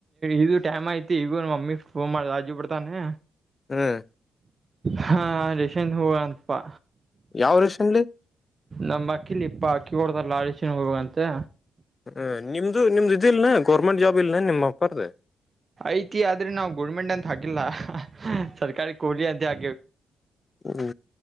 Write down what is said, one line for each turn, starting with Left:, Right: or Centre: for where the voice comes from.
Right: ಇದು ಟೈಮ್ ಐತಿ ಈಗ ನ ಮಮ್ಮಿ ಫೋನ್ ಮಾಡ ರಾಜು ಬಿಡ್ತಾನೆ.
Left: ಹ್ಮ್.
Right: ಹಾ ರೇಷನ್ ಹೂ ಅಪಾ.
Left: ಯಾವ ರೀಷನ್ಲಿ.
Right: ನಮ್ಮ್ ಅಕ್ಕಿಲಿ ಇಪ್ಪ ಅಕ್ಕಿ ಕೊಡದಾರ ರೇಷನ್ ಹೋಗಂತೆ.
Left: ಹ ನಿಮ್ದು ನಿಮ್ದು ಇದಿಲ್ನಾ ಗೌರ್ಮೆಂಟ್ ಜಾಬ್ ಇಲ್ನಾ ನಿಮ್ ಅಪ್ಪಾರ್ದ.
Right: ಐತಿ ಆದ್ರೆ ನಾವವು ಗೋರ್ಮೆಂಟ್ ಅಂತ ಹಾಕಿಲ್ಲ ಸರ್ಕಾರಿ ಕೋಲಿ ಅಂತ ಆ
Left: ಹ್ಮ